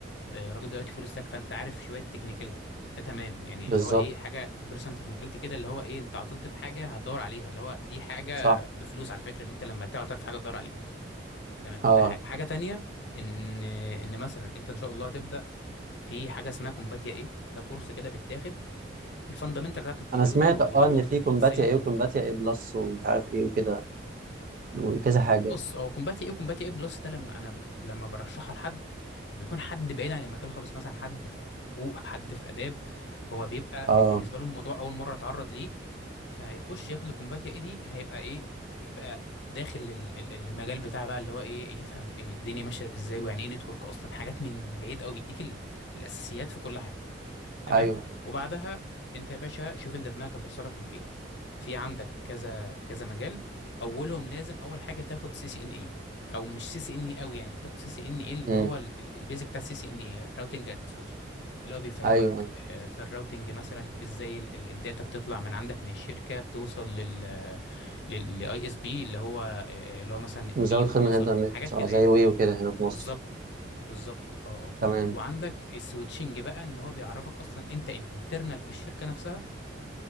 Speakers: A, on the left; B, on the right.
A: آه، راجل دلوقتي فول ستاك فانت عارف شويه تكنيكاليتي ده تمام يعني
B: بالظبط
A: اللي هو ايه حاجه بيرسون تكنيكاليتي كده اللي هو ايه انت عطلت في حاجه هتدور عليها اللي هو دي حاجه
B: صح
A: بفلوس على فكره ان انت لما تعطل في حاجه تدور عليها تمام
B: اه
A: ده حاجه حاجه تانية ان ان مثلا انت ان شاء الله هتبدا في حاجه اسمها كومباتيا ايه ده كورس كده بيتاخد الفاندامنتال بتاعت الكمبيوتر
B: انا سمعت
A: والوورد
B: اه ان في
A: والاكسل
B: كومباتيا ايه وكومباتيا ايه بلس ومش عارف ايه وكده وكذا حاجه
A: بص هو كومباتي ايه وكومباتي ايه بلس ده لما انا لما برشحها لحد بيكون حد بعيد عن المجال خالص مثلا حد في حقوق حد في اداب هو بيبقى
B: اه
A: بالنسبه له الموضوع اول مره اتعرض ليه فهيخش ياخد الكومباتيا ايه دي هيبقى ايه يبقى داخل ال- ال- المجال بتاع بقى اللي هو ايه يفهم الدنيا ماشيه ازاي ويعني ايه نتورك اصلا حاجات من بعيد قوي بيديك ال- الاساسيات في كل حاجه تمام
B: ايوه
A: وبعدها انت يا باشا شوف انت دماغك هتوصلك لفين في عندك كذا كذا مجال اولهم لازم اول حاجه تاخد سي سي ان اي او مش سي سي ان اي قوي يعني تاخد سي سي ان اي اللي
B: امم
A: هو ال- ال- البيزك بتاع السي سي ان اي راوتنج اند سويتشنج اللي هو بيفهمك
B: ايوه
A: آه، في الراوتنج مثلا ازاي ال- ال- الداتا بتطلع من عندك من الشركه بتوصل لل للاي اس بي اللي هو آه، اللي هو مثلا
B: مزود
A: وي وبيوصل
B: خدمه انترنت
A: حاجات
B: اه
A: كده
B: زي
A: يعني
B: وي وكده هنا في
A: بالظبط
B: مصر
A: بالظبط اه اه
B: تمام
A: وعندك السويتشنج بقى ان هو بيعرفك اصلا انت انترنال في الشركه نفسها